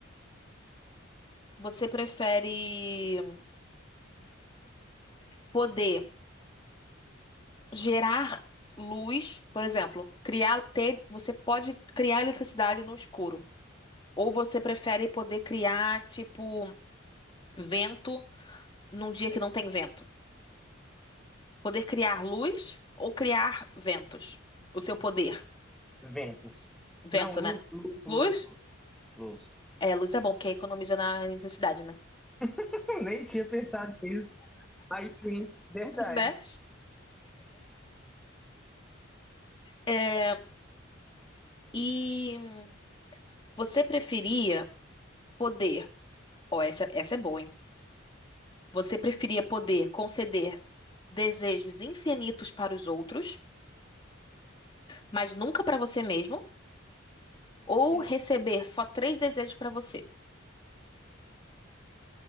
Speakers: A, on the left (about 25°); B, in the centre.
A: você prefere poder gerar luz, por exemplo, criar, ter, você pode criar eletricidade no escuro, ou você prefere poder criar, tipo, vento num dia que não tem vento? Poder criar luz ou criar ventos? O seu poder.
B: Ventos.
A: Vento,
B: Não, luz,
A: né?
B: luz,
A: Luz?
B: luz, luz.
A: É, luz é bom, porque economiza na intensidade, né?
B: <laughs> Nem tinha pensado nisso. Mas sim, verdade.
A: <laughs> Né? É, e você preferia poder. Ó, essa, essa é boa, hein? Você preferia poder conceder desejos infinitos para os outros, mas nunca para você mesmo, ou
B: Sim.
A: receber só três desejos para você?